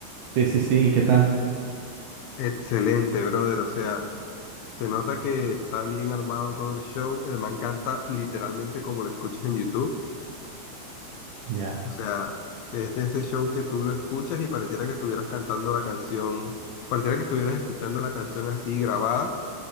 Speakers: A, on the right (about 80°); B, on the left (about 85°).
A: sí, sí, sí, ¿y qué tal?
B: Excelente, brother. O sea, se nota que está bien armado todo el show. El man canta literalmente como lo escuchas en YouTube.
A: Ya.
B: O sea, es de ese show que tú lo escuchas y pareciera que estuvieras cantando la canción, pareciera que estuvieras escuchando la canción así grabada